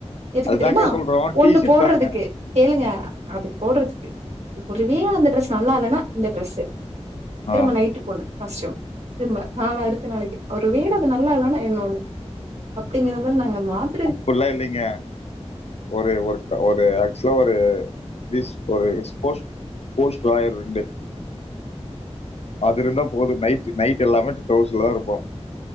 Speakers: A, on the right (about 75°); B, on the left (about 65°).
A: எதுக்கு
B: அதுதாங்க
A: தெரியுமா
B: சொல்றோ
A: ஒண்ணு
B: டீ ஷர்ட்
A: போடுறதுக்கு
B: தாங்க
A: கேளுங்க அது போடறதுக்கு ஒருவே அந்த டிரரெஸ் நல்லா இல்லன்னா இந்த டிரரெஸ்சு
B: ஆ
A: திரும்ப நைட்டுக்கு ஒண்ணு காஸ்ட்யூம் திரும்ப நாளை அடுத்த நாளைக்கு ஒரு வேள அது நல்லா இல்லன்னா இன்னொண்ணு அப்டிங்கற மாரி நாங்க மாத்
B: அப்புல்லா இல்லங்க ஒரு ஒரு ஒரு ஆக்சுவலா ஒரு பீஸ் ஒரு ஸ்போர்ட்ஸ் ஸ்போர்ட்ஸ் டிராயர் ரெண்டு அது இருந்தா போது நைட்டு நைட்டு எல்லாமே டிரவுசர்லதா இருப்போ